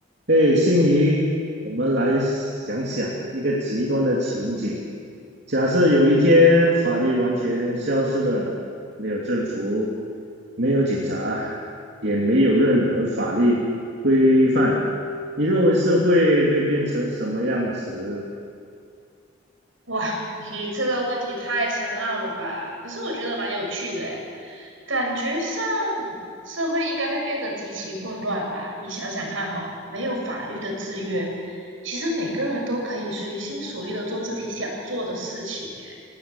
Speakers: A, on the right; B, on the right.
A: 哎，心仪，我们来想想一个极端的情景：假设有一天法律完全消失了，没有政府，没有警察，也没有任何法律规范，你认为社会会变成什么样子？
B: 哇，你这个问题太深奥了吧？可是我觉得蛮有趣的诶，感觉上社会应该会变得极其混乱吧？你想想看哈，没有法律的制约，其实每个人都可以随心所欲的做自己想做的事情诶，